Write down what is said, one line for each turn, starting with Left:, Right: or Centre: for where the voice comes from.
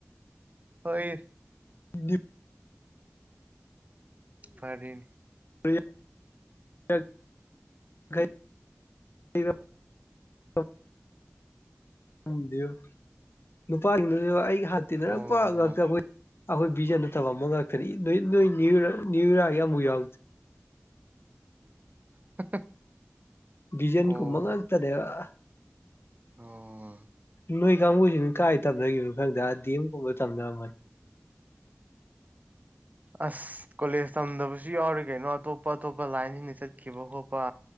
Right: ꯍꯣꯏ
Left: ꯅꯤꯐꯨ
Right: ꯐꯔꯦꯅꯦ
Left: <unintelligible> <unintelligible> ꯈꯪꯗꯦꯕꯨ ꯅꯨꯄꯥꯁꯤꯡꯗꯨꯁꯨ ꯑꯩꯒ ꯍꯥ ꯟꯅ ꯇꯤꯟꯅꯔꯛꯄ
Right: ꯑꯣ
Left: ꯉꯥꯛꯇ ꯑꯩꯈꯣꯏ ꯑꯩꯈꯣꯏ ꯕꯤꯖꯟꯗ ꯇꯝꯃꯝꯃꯒ ꯀꯔꯤ ꯅꯣꯏ ꯅꯣꯏ ꯅ꯭ꯌꯨ ꯅ꯭ꯌꯨ ꯏꯔꯥ ꯑꯃꯨꯛ ꯌꯥꯎꯗꯦ
Right: <unintelligible>
Left: ꯗꯤꯖꯟ
Right: ꯑꯣ
Left: ꯀꯨꯝꯕ ꯉꯥꯛꯇꯅꯦ ꯑꯥ
Right: ꯑꯣ
Left: ꯅꯣꯏ ꯀꯥꯡꯕꯨꯁꯤꯡ ꯀꯥꯏ ꯇꯝꯅꯒꯤꯕꯅꯣ ꯈꯪꯗꯦ ꯗꯤ ꯑꯦꯝꯒꯨꯝꯕ ꯇꯝꯅꯔꯝꯃꯅꯤ
Right: ꯑꯁ ꯀꯣꯂꯦꯖ ꯇꯝꯗꯕꯁꯨ ꯌꯥꯎꯔꯤ ꯀꯩꯅꯣ ꯑꯇꯣꯞꯄ ꯑꯇꯣꯞꯄ ꯂꯥꯏꯟꯁꯤꯡꯗ ꯆꯠꯈꯤꯕ ꯈꯣꯠꯄ